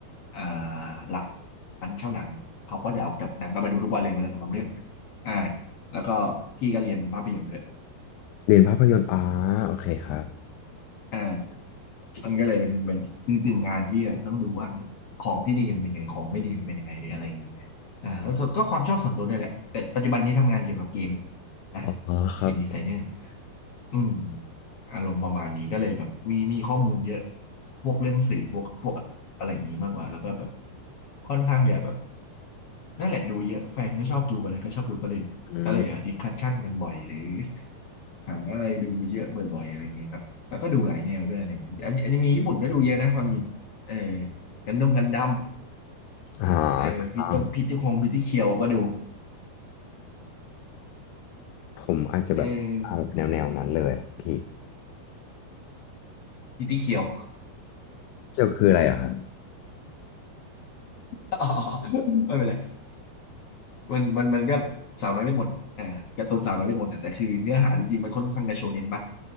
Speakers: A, on the left; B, on the left.
A: อ่าร้านเช่าหนังเขาก็จะเอากับหนังก็มาดูทุกวันเลยวันละสองสามเรื่องอ่าแล้วก็พี่ก็เรียนภาพยนตร์ด้วย
B: เรียนภาพยนตร์อ่าโอเคครับ
A: อ่ามันก็เลยเป็นเป็นเป็นกึ่งงานที่ต้องดูว่าของที่ดีมันเป็นไงของไม่ดีมันเป็นยังไงหรืออะไรอย่างนี้อ่าแล้วส่วนก็ความชอบส่วนตัวด้วยแหละแต่ปัจจุบันนี้ทำงานเกี่ยวกับเกมนะ
B: อ๋อครับ
A: เกมดีไซเนอร์ อืมอารมณ์ประมาณนี้ก็เลยแบบมีมีข้อมูลเยอะพวกเรื่องสื่อพวกพวกอะไรอย่างนี้มากกว่าแล้วก็แบบค่อนข้างอย่าแบบนั่นแหละดูเยอะแฟนก็ชอบดูอะไรก็ชอบดูก็เลยก็เลยอ่ะดิสคัชชั่นกันบ่อยหรือ
B: อืม
A: หาอะไรดูเยอะบ่อยๆอะไรอย่างเงี้ยครับแล้วก็ดูหลายแนวด้วยอะไรอย่างงี้อันอันนี้มีญี่ปุ่นก็ดูเยอะนะความจริงเออกันดงกันดั้ม
B: อ่
A: เออพี่ต้องพี่ที่คงพี่ที่เคียวก็ดู
B: า ผมอาจจะแบบเอาแนวแนวนั้นเลยอะครับพี่
A: เออพี่ที่เคียว
B: เกี่ยวคืออะไรเหรอครับ
A: <laughs> ไม่เป็นไร มันมันมันก็สาวน้อยเวทมนต์อ่าการ์ตูนสาวน้อยเวทมนต์อ่ะแต่คือเนื้อหาจริงๆมันค่อนข้างจะโชเน็นมาก